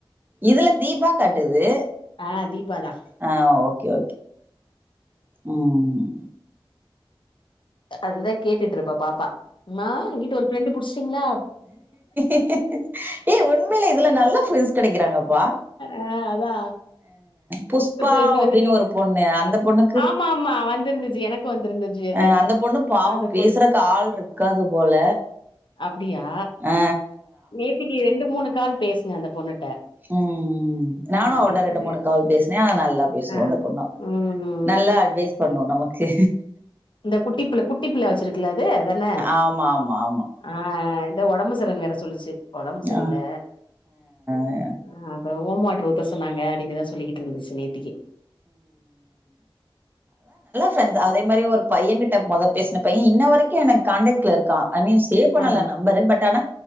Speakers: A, on the right; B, on the left.
A: இதுல தீபா காட்டுது
B: ஆஹ் தீபாதான்
A: ஆ ஓகே உம்
B: அதுதான் கேட்டுட்டு இருப்பா பாப்பா ஆ இங்கிட்டு ஒரு ஃபிரெண்டு புடிச்சிங்களா
A: <inaudible> ஏ உண்மையில இதுல நல்ல பிரெட் படிகிறாங்கப்பா
B: ஆ அதா
A: புஷ் பாஒரு
B: ஃப்ரெண்டு வந்துட்டீங்களா
A: அப்படின்னு ஒரு பொண்ணு அந்த பொண்ணுக்கு
B: ஆமா ஆமா வந்திருந்துச்சு எனக்கு வந்திருந்துச்சு அது
A: அ அந்த பொண்ணு பாவோ
B: அந்த
A: பேசுறக்கு
B: பொண்ணு
A: ஆள் இருக்காது போல
B: அப்டியா
A: ஆ
B: நேத்திக்கு ரெண்டு மூணு கால் பேசுன அந்த பொண்ணுட்
A: ம் ம் ம் நானு அவட்ட
B: நேத்தனே
A: ரெண்டு மூணு கால் பேசுனே ஆனா நல்லா பேசுவாங்க
B: ஆ
A: தொன்னா
B: ம்
A: நல்லா அட்வைஸ் பண்ணு நமக்கு
B: இந்த குட்டி புள்ள வச்சிருக்குல அது அதான
A: ஆமா ஆமா ஆமா
B: ஆ இத ஒடம்பு சலன் வேற சொல்லிச்சி ஒடம்பு சரியில்ல
A: ஆ ஆ
B: அ ரோமம்வாட்டர் ஊத்த சொன்னாங்க அப்பிடின்னுதா சொல்லிக்கிட்டு இருந்துச்சி நேத்திக்கி
A: ஃப்ரென்ஸ் அதே மாரி ஒரு பையன்கிட்ட முதல் பேசின பையன் இன்ன வரைக்கு எனக்கு காண்டக்ட்ல இருக்கா ஐ மீன் சேவ் பண்ணல
B: ஆ
A: நம்பரு பட் ஆனா